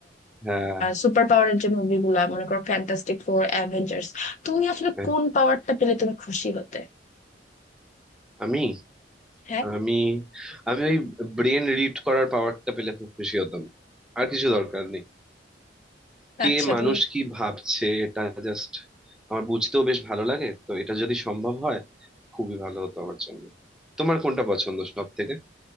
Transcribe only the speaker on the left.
সুপার পাওয়ারের যে মুভিগুলা মনে করো ফ্যান্টাস্টিক ফোর অ্যাভেঞ্জার্স তুমি আসলে
কোন পাওয়ারটা পেলে তুমি খুশি হতে
হ্যাঁ
আচ্ছা
তুমি